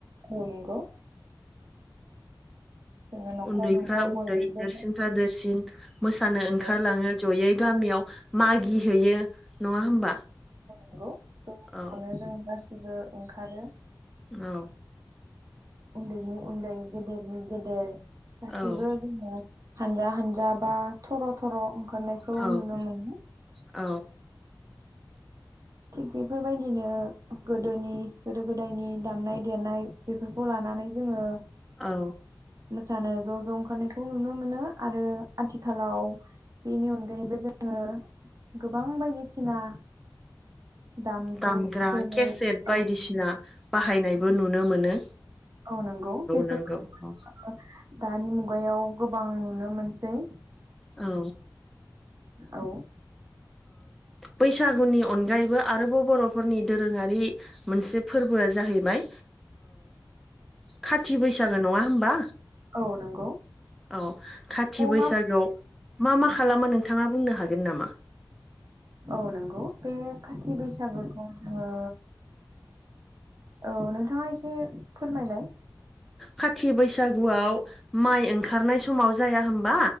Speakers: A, on the right (about 45°); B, in the centre.
A: औ नंगौ। जोङो न'खर
B: उन्दैफ्रा
A: न'खर
B: उन्दै
A: बयनिबो
B: देरसिनफ्रा देरसिन मोसानो ओंखारलाङो
A: औ
B: जयै गामियाव मागि हैयो नङा होमबा?
A: नंनौ ज'
B: औ
A: ज'नो जों गासिबो ओंखारो
B: औ।
A: उन्दैनि उन्दै गेदेरनि गेदेर गासिबो
B: औ
A: जोङो हानजा हानजा बा थर थर' ओंखारनायखौ
B: औ
A: नुनो मोनो।
B: औ
A: थिग बेफोरबायदिनो गोदोनि गोदो गोदायनि दामनाय देनाय बेफोरखौ ला नानै जोङो
B: औ
A: मोसानो ज' ज' ओंखारनायखौ नुनो मोनो आरो आथिखालाव बेनि अनगायैबो जोङो गोबां बायदिसिना दामजु
B: दामग्रा
A: जेरै
B: केसेट बायदिसिना
A: औ
B: बाहायनायबो नुनो मोनो
A: औ नंगौ बेफोरखौ
B: नंगौ औ
A: दानि मुगायाव गोबां नुनो मोनसै।
B: औ।
A: औ।
B: बैसागुनि अनगायैबो आरोबाव बर'फोरनि दोरोङारि मोनसे फोरबो फोरबोआ जाहैबाय खाथि बैसागो नङा होमबा?
A: औ नंगौ
B: औ खाथि
A: थ
B: बैसागोआव
A: मा
B: मा मा खालामो नोंथाङा बुंनो ह हागोन नामा?
A: औ नंगौ बे खाथि बैसागुखौ जोङो औ नोंथाङा एसे फोरमायलाय।
B: खाथि बैसागुआव माइ ओंखारनाय समाव जाया हबा